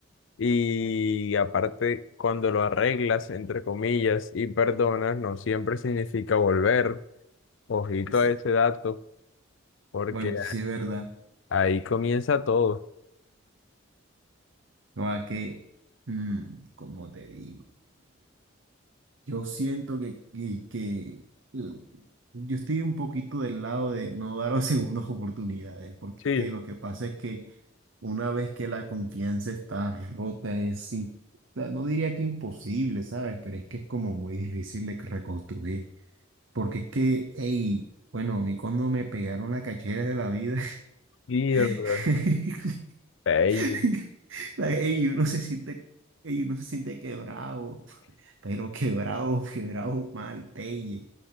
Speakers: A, on the left (about 65°); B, on the right (about 70°).
A: Y aparte, cuando lo arreglas, entre comillas, y perdonas, no siempre significa volver. Ojito
B: Exacto.
A: a ese dato, porque
B: Bueno, eso sí es verdad.
A: ahí comienza todo.
B: No, a que, mm, como te digo, Yo siento que, que, que, mm, yo estoy un poquito del lado de no dar <laughs> segundas oportunidades, porque
A: Sí,
B: es que lo que pasa es que una vez que la confianza está rota, es, in- no diría que imposible, ¿sabes? Pero es que es como muy difícil de reconstruir, porque es que, hey, bueno, a mí cuando me pegaron la cachera de la vida,
A: mierda.
B: <laughs>
A: Ey,
B: <laughs> La- Ey, uno se siente, ey, uno se siente quebrado, <laughs> pero quebrado, quebrado mal, pelle.